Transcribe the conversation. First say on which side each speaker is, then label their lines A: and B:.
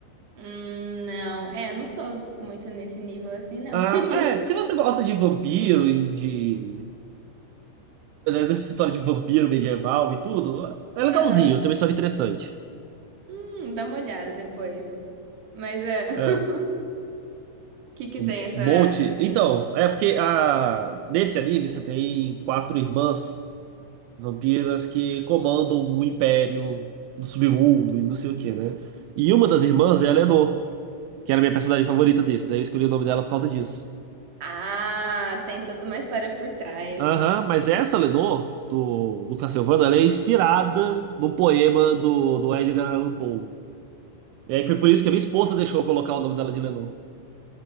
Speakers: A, on the right (about 55°); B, on the right (about 80°).
A: Hum, não, é, eu não sou muito nesse nível assim, não.
B: Ah,
A: <laughs>
B: é, se você gosta de vampiro e de. dessa história de vampiro medieval e tudo, é legalzinho,
A: Aham.
B: tem uma história interessante.
A: Hum, dá uma olhada depois. Mas é, <laughs>
B: É,
A: o que que tem
B: um
A: essa...
B: monte. Então, é porque a, nesse anime você tem quatro irmãs. Vampiras que comandam um império do submundo e não sei o que, né? E uma das irmãs é a Lenor, que era a minha personagem favorita desses. Aí eu escolhi o nome dela por causa disso.
A: Ah, tem toda uma história por trás.
B: Aham, mas essa Lenor, do, do Castlevania, ela é inspirada num poema do, do Edgar Allan Poe. E aí foi por isso
A: <laughs>
B: que a minha esposa deixou eu colocar o nome dela de Lenor.